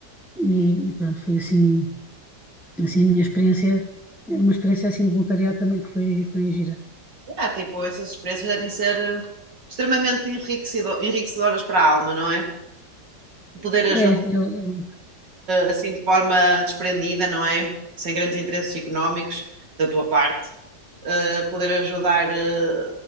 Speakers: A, in the centre; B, on the right.
A: e, e pronto, foi assim Assim, a minha experiência, é uma experiência assim de voluntariado também que foi, foi gira.
B: Ah, tipo, essas experiências devem ser eh, extremamente enriquecido- enriquecedoras para a alma, não é? Poder ajudar
A: É, eu, eu,
B: assim de forma desprendida, não é? Sem grandes interesses económicos da tua parte. Eh, poder ajudar, eh,